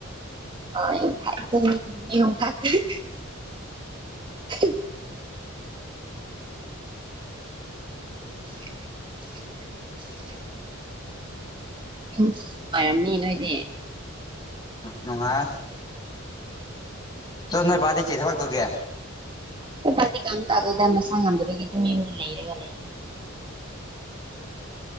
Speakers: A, on the right; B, on the left.
A: ꯑ ꯊ ꯊ <inaudible> ꯅꯨꯡꯉꯥꯏꯔꯝꯅꯤ ꯅꯣꯏꯗꯤ
B: ꯅꯨꯡꯉꯥꯏ ꯑꯗꯣ ꯅꯣꯏ ꯕꯥꯗꯤ ꯀꯩ ꯊꯕꯛ ꯇꯧꯒꯦ
A: ꯍ ꯐꯗꯤ ꯀꯪ ꯇꯗꯗ ꯃ ꯁꯥꯡꯉꯝꯗꯕꯒꯤ ꯇꯨꯝ ꯌ ꯑꯃꯗ ꯂꯩꯔꯒ ꯂꯩ